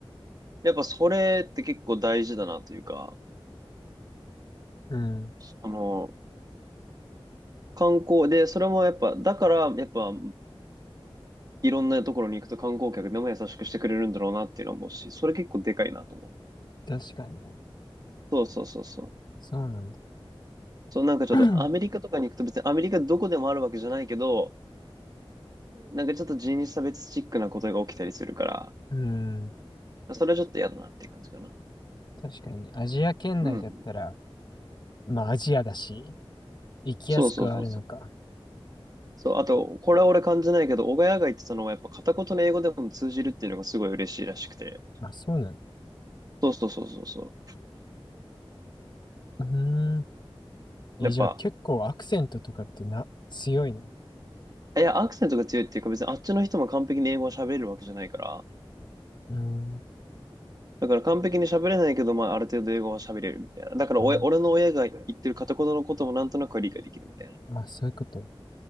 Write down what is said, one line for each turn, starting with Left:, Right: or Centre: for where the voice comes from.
Right: やっぱそれって結構大事だなというか、
Left: うん。
Right: あの、観光で、それもやっぱ、だから、やっぱ、いろんなところに行くと観光客でも優しくしてくれるんだろうなっていうのは思うし、それ結構でかいなと思う。
Left: 確かにね。
Right: そうそうそうそう。
Left: そうなんだ。
Right: そう、なんかちょっとアメリカとかに行くと別にアメリカどこでもあるわけじゃないけど、
Left: <clears throat>
Right: なんかちょっと人種差別チックなことが起きたりするから、
Left: うん。
Right: それはちょっと嫌だなって感じかな。
Left: 確かにね。アジア圏内だったら、
Right: うん。
Left: まあアジアだし、行きやすくはあるのか。
Right: そうそうそうそう。そう、あと、これは俺感じないけど、小谷が言ってたのはやっぱ片言の英語でも通じるっていうのがすごい嬉しいらしくて。
Left: まあ、そうなんだ。
Right: そうそうそうそうそ
Left: うーん。え、
Right: う。やっぱ、
Left: じゃあ結構アクセントとかってな、強いな。
Right: いや、アクセントが強いっていうか、別にあっちの人も完璧に英語を喋れるわけじゃないから、
Left: うーん。
Right: だから完璧に喋れないけど、まあ、ある程度英語は喋れるみたいな。だからおや俺の親が言ってる片言のこともなんとなくは理解できるみたいな。
Left: あ、まあ、そういうこと。